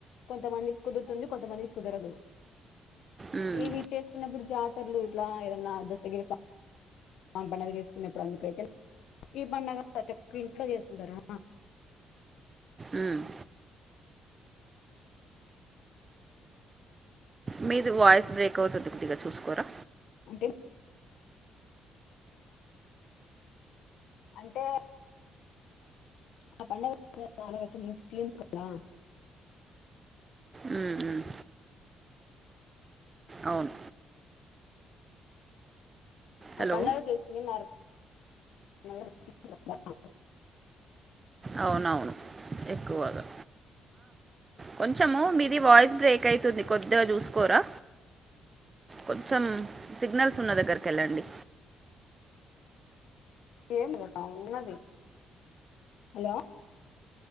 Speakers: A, on the left; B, on the right.
A: కొంతమందికి కుదురుతుంది కొంతమందికి కుదరదు
B: మ్మ్,
A: ఇవి చేసుకున్నప్పుడు జాతరలు ఇట్లా ఏదన్నా దస్తగిరీ <inaudible> <inaudible> పండుగ చేసుకున్నప్పుడు అందుకైతే ప్రతి పండగ ప్రతిక్క ఇంట్లో చేసుకుంటారా
B: అమ్ మీది వాయిస్ బ్రేక్ అవుతుంది కొద్దిగా చూసుకోరా
A: అంటే అంటే ఆ పండగాల ముస్లింస్ <inaudible>
B: మ్మ్, మ్మ్. అవును
A: ఆ
B: హలో
A: పండుగ చేసుకునేది నిర్మాల్గా ముస్లిమ్స్ వాళ్ళ <inaudible>
B: అవున అవును ఎక్కువగా కొంచెము మీది వాయిస్ బ్రేక్ అయితుంది కొద్దిగా చూసుకోరా. కొంచెం సిగ్నల్స్ ఉన్న దగ్గరికి వెళ్ళండి.
A: ఏమి ఉన్నది హలో <inaudible>